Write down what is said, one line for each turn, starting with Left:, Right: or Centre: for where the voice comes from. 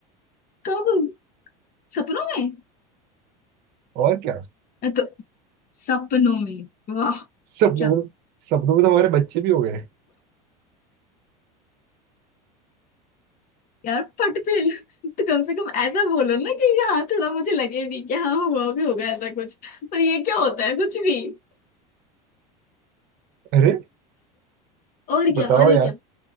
Left: कब सपनों में
Right: और क्या
Left: अ, तो सपनों में वाह
Right: सपनों
Left: क्या
Right: में सपनों में तो हमारे बच्चे भी हो गए
Left: यार पटपेल तो कम से कम ऐसा बोलो ना कि हाँ थोड़ा मुझे लगे भी कि हाँ हुआ भी होगा ऐसा कुछ पर ये क्या होता है कुछ भी
Right: अरे
Left: और क्या
Right: बताओ
Left: अरे
Right: यार
Left: क्या